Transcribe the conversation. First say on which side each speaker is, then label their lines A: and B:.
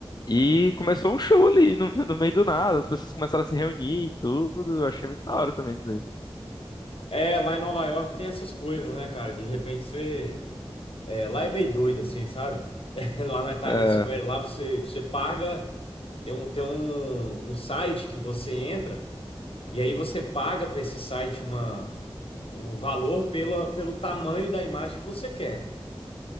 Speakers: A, on the left; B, on the left.
A: E começou um show ali, no, <laughs> no meio do nada. As pessoas começaram a se reunir e tudo. Eu achei muito da hora também isso daí.
B: É, lá em Nova York tem essas coisas, né, cara? De repente você. É, lá é meio doido, assim, sabe? <laughs> Lá na Times
A: É.
B: Square, lá você, você paga, tem um, tem um, um site que você entra, e aí você paga para esse site uma, um, um valor pela, pelo tamanho da imagem que você quer.